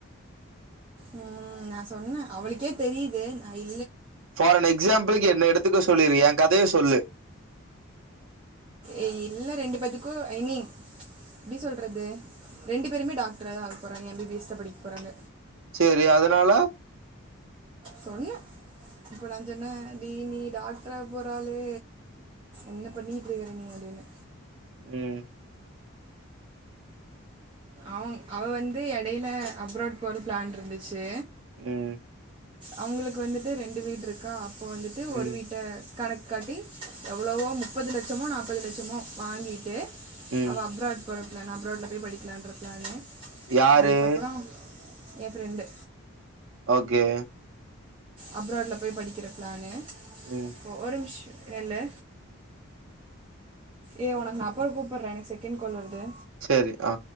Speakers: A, on the right (about 25°); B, on the right (about 75°).
A: ம் நா சொன்னே அவளுக்கே தெரியுது நா இ
B: ஃபார் ஆன் எக்ஸாம்பிளுக்கு என்ன எடுத்துக்க சொல்லிரு ஏன் கதைய சொல்லு.
A: ஏ இல்ல ரெண்டு பேத்துக்கு ஐ மீன் எப்டி சொல்றது? ரெண்டு பேருமே டாக்ட்ரு ஆக போறாங்க எம் பி பி எஸ் தா படிக்க போறாங்க.
B: செரி அதனால?
A: சொன்னே இப்ப நா சொன்னே அடி நீ டாக்டரு ஆக போறாளே என்ன பண்ணிட்டு இருக்கற நீ அப்டின்னு.
B: ம்
A: அவன் அவ வந்து எடையில அப்ராட் போற பிளான் இருந்துச்சு.
B: ம்
A: அவங்களுக்கு வந்துட்டு ரெண்டு வீடு இருக்கா இப்ப வந்துட்டு
B: ம்
A: ஒரு வீட்ட கணக் கு காட்டி எவ்வளவோ முப்பது லட்சமோ நாப்பது லட்சமோ வாங்கிட்டு
B: ம்
A: அவ அப்ராட் போறா னா அப்ராட்ல போய் படிக்கலான் ற பிளானு.
B: யாரு
A: அதுக்கப்புறோ ஏன் ஃப்ரெண்டு
B: ஓகே
A: அப்ராட்ல போய் படிக்கிற ப்ளானு
B: ம்
A: ஒ ஒரு நிமிஷோ நில்லு ஏ உனக்கு நா அப்புற கூப்பிடுறே எனக் செகண்ட் கால் வருது
B: செரி அ